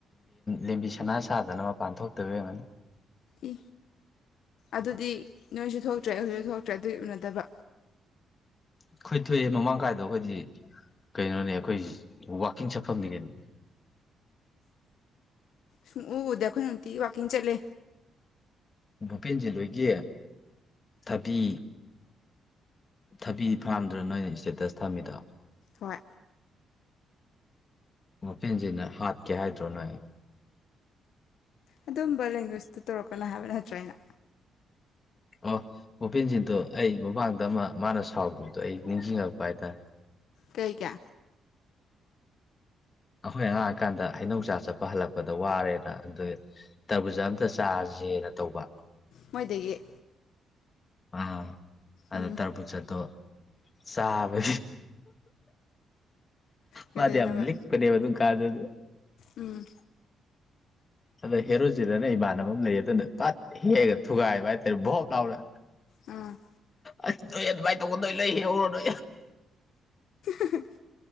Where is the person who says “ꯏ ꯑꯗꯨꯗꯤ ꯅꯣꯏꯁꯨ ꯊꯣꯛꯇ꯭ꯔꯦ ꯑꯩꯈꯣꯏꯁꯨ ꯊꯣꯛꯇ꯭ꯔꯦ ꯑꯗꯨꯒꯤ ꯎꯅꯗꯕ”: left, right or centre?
Left